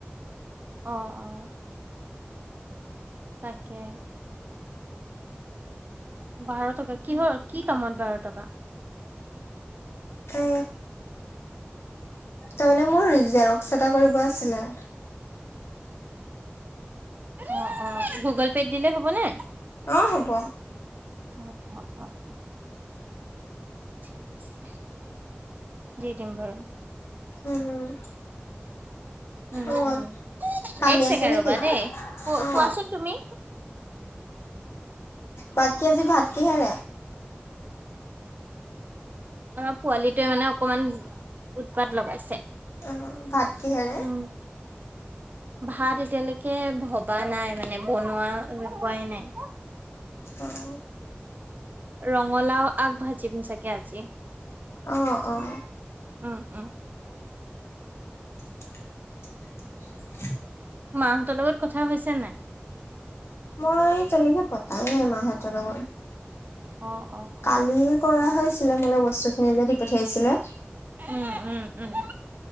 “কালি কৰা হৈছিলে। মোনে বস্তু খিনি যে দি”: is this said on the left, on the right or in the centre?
Left